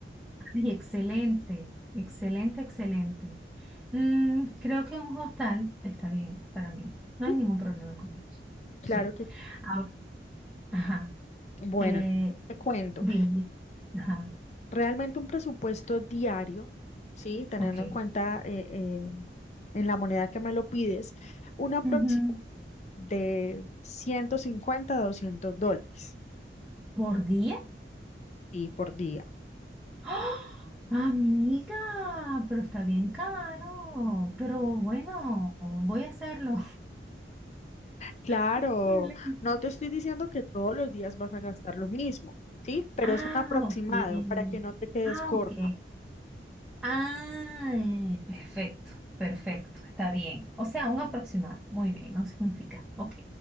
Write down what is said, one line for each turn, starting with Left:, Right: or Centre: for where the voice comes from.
Centre: ay, excelente, excelente, excelente. Mm, creo que un hostal está bien para mí. No
Left: ¿sí?
Centre: hay ningún problema con eso.
Left: Claro
Centre: Sí.
Left: que
Centre: Ahora, ajá.
Left: sí. Bueno,
Centre: eh,
Left: te cuento.
Centre: dime, dime. Ajá.
Left: Realmente un presupuesto diario, ¿sí? Teniendo
Centre: Ok.
Left: en cuenta eh, eh, en la moneda que me lo pides, un aproximado
Centre: Ujú.
Left: de 150 a 200 dólares
Centre: ¿Por día?
Left: y por día.
Centre: ¡Ah! Amiga, pero está bien caro. Pero bueno, voy a hacerlo.
Left: Claro,
Centre: <laughs> Excelente.
Left: no te estoy diciendo que todos los días vas a gastar lo mismo, ¿sí? Pero
Centre: Ah,
Left: es un aproximado
Centre: ok.
Left: para que no te quedes
Centre: Ah,
Left: corta.
Centre: ok. Ah, eh, perfecto, perfecto, está bien. O sea, un aproximado. Muy bien, no significa. Ok.